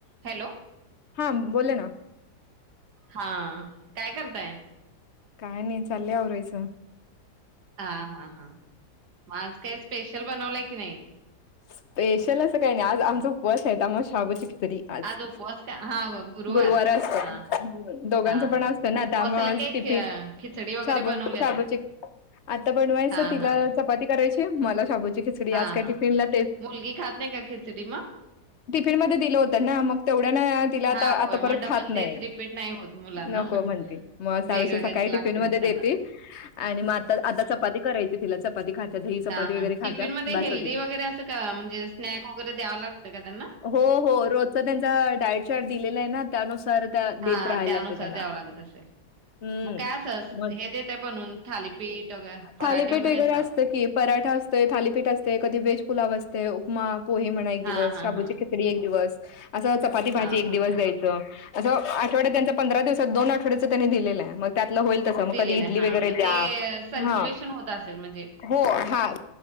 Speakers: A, on the right; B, on the left.
A: हॅलो...
B: हां बोला ना
A: हा काय करताय?
B: काय नाही चाललाय आवरायच.
A: हां, हां, हां. मग आज काय स्पेशल बनवला की नाही
B: स्पेशल असं काही नाही आज आमचं उपवास होता मग साबुदाणाचि खिचडी- तरी आज
A: उपवास का? हां,
B: गुरुवार असते
A: हां, हां.
B: दोघांच
A: हां,
B: पण
A: हां.
B: असतं
A: मग
B: ना
A: उपवासाला
B: त्यामुळे
A: काय खि खिचडी
B: <unintelligible>
A: वगैरे बनवली असेल? हां, हां, हां.
B: मला शाबूची खिचडी
A: हां,
B: आज काय
A: हां.
B: टीफिनला
A: मुलगी खात नाही का खिचडी म-
B: टिफिन मध्ये दिलं होत ना मग तेवढ्या ना तिला
A: हां,
B: आता
A: होय.
B: परत
A: मग
B: खात
A: डबल
B: नाही.
A: तेच रिपीट नाही होत मुलांना.
B: नको म्हणती मग
A: वेगळं काहीतरी
B: सकाळी टिफिन
A: लागतंयच
B: मध्ये
A: त्यांना.
B: देती आणि मग आ आता चपाती करायची तिला चपाती खात्या दही चपाती
A: हा हा
B: वगैरे खात्या
A: टिफिन मध्ये
B: बास
A: हेल्दी
B: होते
A: वगैरे असं का म्हणजे स्नॅक्स वगैरे द्यावं लागतं का त्यांना?
B: हो हो रोजचा त्यांचा डायट प्लॅन दिलेला आहे ना. त्यानुसार त्या
A: हा
B: देत राहायला
A: त्यानुसार
B: लागते त्यांना.
A: द्यावं लागत असेल-
B: हं.
A: मग काय अस
B: मग
A: हे देते बनून थालीपीठ पराठे
B: थालीपीठ
A: वगैरे अस-
B: असतं की पराठा असते थालीपीठ असते कधी व्हेज पुलाव असते उपमा पोहे म्हणा एक दिवस
A: हा हा
B: शाबूची
A: हा
B: खिचडी, एक दिवस असं चपाती
A: हा
B: भाजी एक
A: हा
B: दिवस द्यायचं असं आठवड्यात त्यांच्या पंधरा दिवसात दोन आठड्यांच त्यांनी दिलेलं आहे मग- त्यातलं होईल तस मग
A: दिलेलं
B: कधी इडली
A: आहे हा
B: वगैरे
A: मग
B: द्या
A: ते सर्क्युलेशन
B: हा
A: होत असेल म्हणजे
B: हो हा...